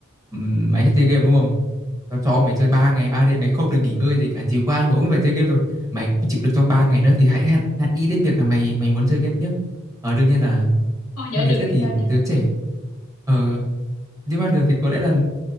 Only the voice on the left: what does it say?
Ôi nhớ
được
thì
sao nhỉ?